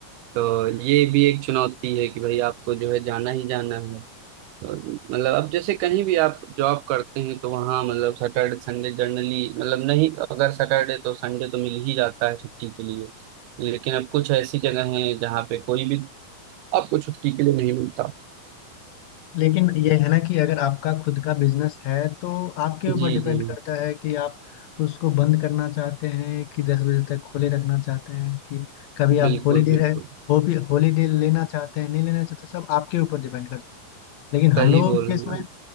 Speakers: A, on the right; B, on the left.
A: तो ये भी एक चुनौती है कि भाई आपको जो है जाना ही जाना है तो मतलब अब जैसे कहीं भी आप जॉब करते हैं तो वहाँ मतलब सैटरडे संडे जनरली मतलब नहीं अगर सैटरडे तो संडे तो मिल ही जाता है छुट्टी के लिए लेकिन अब कुछ ऐसी जगह हैं जहाँ पे कोई भी आपको छुट्टी के लिए नहीं मिलता
B: लेकिन ये है ना कि अगर आपका खुद का बिजनेस है तो आपके ऊपर
A: जी
B: डिपेंड
A: जी
B: करता है कि आप उसको बंद करना चाहते हैं कि दस बजे तक खोले रखना चाहते हैं कि कभी
A: बिल्कुल
B: आप हॉलीडे
A: बिल्कुल
B: रहे वो भी हॉलीडे लेना चाहते हैं नहीं लेना चाहते सब आपके ऊपर डिपेंड करता है लेकिन हम
A: सही
B: लोगों
A: बोल
B: के केस
A: रहे हैं
B: में
A: आप।